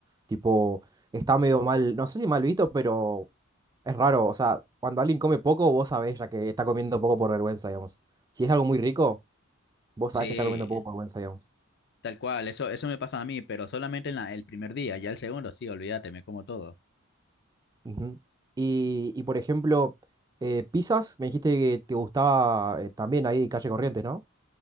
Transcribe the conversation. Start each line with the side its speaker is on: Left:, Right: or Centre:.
Right: Tipo, está medio mal, no sé si mal visto, pero Es raro, o sea, cuando alguien come poco, vos sabés ya que está comiendo poco por vergüenza, digamos. Si es algo muy rico, vos
Left: sí,
Right: sabés que está comiendo poco por vergüenza, digamos.
Left: tal cual, eso, eso me pasa a mí, pero solamente en la- el primer día, ya el segundo, sí, olvídate, me como todo.
Right: Ujú. Y, y, por ejemplo, eh, pizzas, me dijiste que te gustaba eh, también ahí Calle Corrientes, ¿no?